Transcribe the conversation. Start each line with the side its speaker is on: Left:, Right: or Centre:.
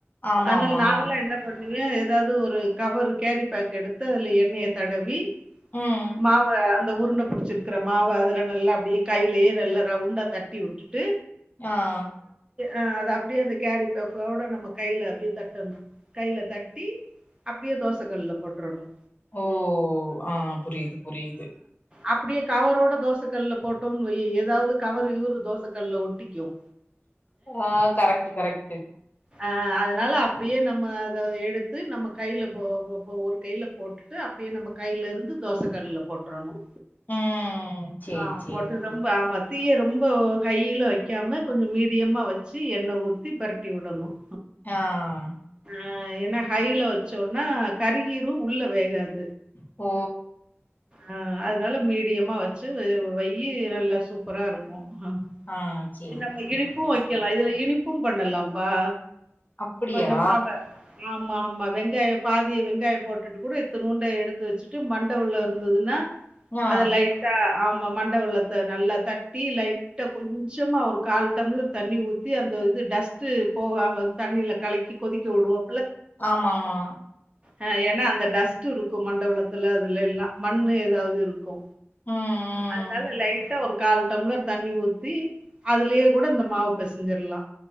Left: ஆமாமா
Right: ஆனா நான்ல என்ன பண்ண ஏதாவது ஒரு கவர்ரு கேரி பேக் எடுத்து அதுல எண்ணெய தடவி
Left: ம்
Right: மாவ அந்த உருண்டை புடிச்சிருக்கிற மாவ அதுல நல்லா அப்டியே கையிலேயே நல்லா ரவுண்டா தட்டிவுட்டுட்டு
Left: ஆஹ்
Right: ஆஹ் அது அப்படியே அந்த கேர்ரிபாகோட நம்ம கையில அப்டியே தட் கையில தட்டி அப்டியே தோசை கல்ல போட்ரணும்
Left: ஓ ஆஹ் புரியுது புரியுது
Right: அப்டியே கவரோட தோசை கல்ல போட்டோன்னு வை ஏதாவது கவர் கிவரு தோசை கல்ல ஒட்டிக்கும்
Left: ஆஹ் கரெக்ட் கரெக்ட்
Right: ஆஹ் அதனால அ அப்டியே நம்ம அதை எடுத்து நம்ம கையில போ ஒரு கையில போட்டுட்டு அப்படியே நம்ம கையில இருந்து தோசை கல்லுல போட்ரணும்
Left: ம் சேரி
Right: ஆஹ்
Left: சேரி
Right: போட்டு
Left: சேரி
Right: ரொம்ப ஆமாத் தீயை ரொம்ப ஹையில வைக்காம கொஞ்சம் மீடியமா வச்சு எண்ணெய் ஊத்தி பெரட்டி விடணும்
Left: ஆஹ்
Right: ஆஹ் ஏன்னா ஹையில வச்சோம்ன்னா கறிகீரும் உள்ள வேகாது
Left: ஓ
Right: ஆஹ் அதனால மீடியமா வச்சு வெய் நல்லா சூப்பரா இருக்கும் ஹ
Left: ஆ சேரி
Right: து நம்ம
Left: சேரி
Right: இனிப்பும் வைக்கலாம் இதுல இனிப் ப்பு பண்ணலாம்ப்பா
Left: அப்படியா
Right: கொஞ்சம் மாவு ஆமா ஆமா வெங்காயம் பாதி வெங்காயம் போட்டுட்டு கூட இதுணுண்டு எடுத்து வச்சுட்டு மண்ட உள்ள இருந்ததுன்னா
Left: ஆ
Right: அதா லைட்டா அ ஆமா மண்ட வெள்ளத்த நல்லா தட்டி லைட்டா கொஞ் கொஞ்சமா ஒரு கால் டம்ளர் தண்ணி ஊற்றி அந்த இது டஸ்ட்டு போகாம தண்ணியில் கலக்கி கொதிக்க விடுவோ
Left: ஆமா ஆமா
Right: அ ஏனா அந்த டஸ்ட் இருக்கு மண்டவலத்துல அதுல எல்லா மண்ணு ஏதாவது இருக்கு
Left: ம்
Right: அதனால
Left: ம்
Right: லைட்டா ஒரு கால் டம்ளர் தண்ணி ஊத்தி அதுலே கூட இந்த மாவு பேசஞ்சர்லா